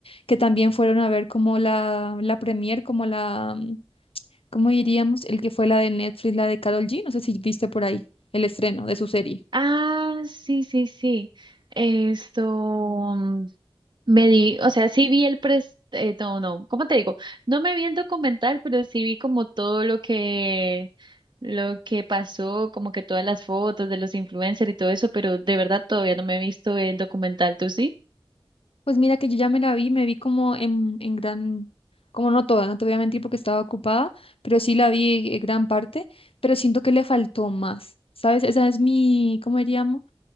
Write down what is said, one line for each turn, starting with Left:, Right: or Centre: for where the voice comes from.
Left: que también fueron a ver como la, la premier, como la... ¿Cómo diríamos? El que fue la de Netflix, la de Carol G. No sé si viste por ahí el estreno de su serie.
Right: Ah, sí, sí, sí. Esto mm, me di, o sea, sí vi el pres, eh, no, no, ¿cómo te digo? No me vi el documental, pero sí vi como todo lo que lo que pasó, como que todas las fotos de los influencers y todo eso, pero de verdad todavía no me he visto el documental, ¿tú sí?
Left: Pues mira que yo ya me la vi, me vi como en, en gran, como no toda, no te voy a mentir porque estaba ocupada, pero sí la vi en gran parte, pero siento que le faltó más, ¿sabes? Esa es mi, ¿cómo diríamos?